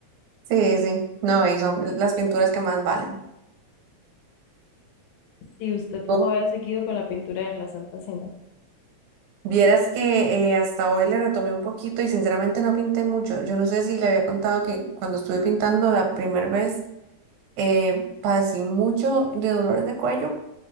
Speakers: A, on the right; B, on the left.
A: Sí, sí. No, y son las pinturas que más valen.
B: Si usted como
A: Oh,
B: había seguido con la pintura de la Santa Cena,
A: Vieras que eh, hasta hoy le retomé un poquito y sinceramente no pinté mucho. Yo no sé si le había contado que cuando estuve pintando la primera vez eh, padecí mucho de dolores de cuello.